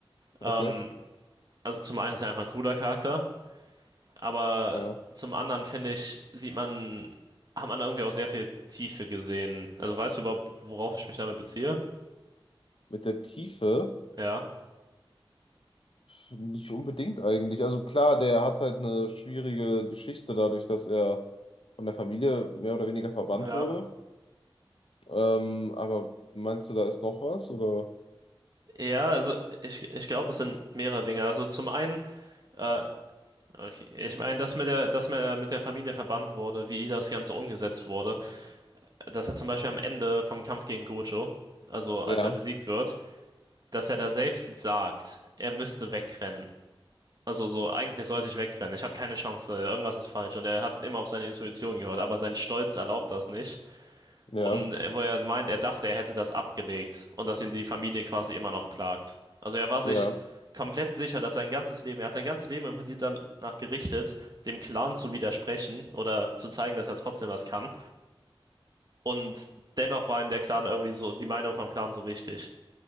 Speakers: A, on the right; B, on the left.
A: Ähm,
B: okay,
A: also zum einen ist er einfach ein cooler Charakter, aber
B: ja.
A: zum anderen finde ich, sieht man, hat man da irgendwie auch sehr viel Tiefe gesehen. Also weißt du überhaupt, worauf ich mich damit beziehe?
B: Mit der Tiefe.
A: Ja,
B: Nicht unbedingt eigentlich. Also klar, der hat halt eine schwierige Geschichte dadurch, dass er von der Familie mehr oder weniger verbannt
A: ja.
B: wurde. Ähm, aber meinst du, da ist noch was? Oder?
A: Ja, also ich, ich glaube, es sind mehrere Dinge. Also zum einen, äh, okay, ich meine, dass mit der, dass mir mit der Familie verbannt wurde, wie das Ganze umgesetzt wurde, dass er zum Beispiel am Ende vom Kampf gegen Gojo, also als
B: Ja,
A: er besiegt wird, dass er da selbst sagt, er müsste wegrennen. Also so, eigentlich sollte ich wegrennen. Ich habe keine Chance. Irgendwas ist falsch. Und er hat immer auf seine Intuition gehört, aber sein Stolz erlaubt das nicht.
B: ja,
A: Und äh, wo er meint, er dachte, er hätte das abgelegt und dass ihn die Familie quasi immer noch plagt. Also er war sich
B: ja.
A: komplett sicher, dass sein ganzes Leben, er hat sein ganzes Leben im Prinzip danach gerichtet, dem Clan zu widersprechen oder zu zeigen, dass er trotzdem was kann. Und dennoch war ihm der Clan irgendwie so, die Meinung vom Clan so wichtig.